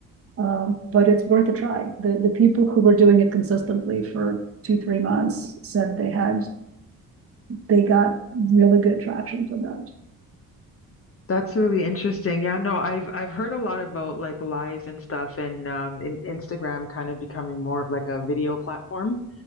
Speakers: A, on the right; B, on the left.
A: um, but it's worth a try. The the people who were doing it consistently for two three months said they had they got really good traction for that.
B: That's really interesting. Yeah, no, I've I've heard a lot about like lives and stuff and um in Instagram kind of becoming more of like a video platform,